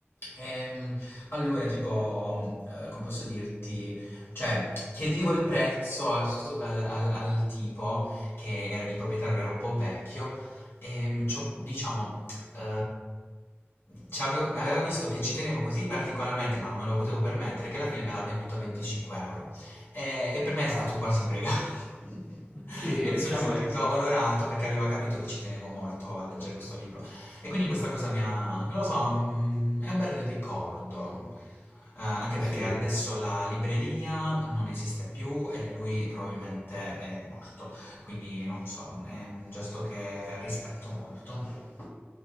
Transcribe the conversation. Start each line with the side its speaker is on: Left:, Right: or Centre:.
Left: Ehm, allora, tipo, eh, come posso dirti? Cioè, chiedevo il prezzo al, sost- al- al- al tipo, che era, il proprietario era un po' vecchio, e c'ho- diciamo, eh, ci avevo- aveva visto che ci tenevo così particolarmente, ma non me lo potevo permettere, che alla fine me l'ha venduto a 25 euro. E, e per me è stato
Centre: Ah,
Left: quasi un regalo. <laughs>
Centre: Sì, eh,
Left: e mi sono
Centre: diciamo
Left: sentito
Centre: che
Left: onorato perché aveva capito che ci tenevo molto a leggere questo libro. E quindi questa cosa mi ha, non lo so, mm, è un bel ricordo. Eh, anche perché
Centre: sì,
Left: adesso la libreria non esiste più e lui probabilmente è morto, quindi non lo so, è un gesto che rispetto molto.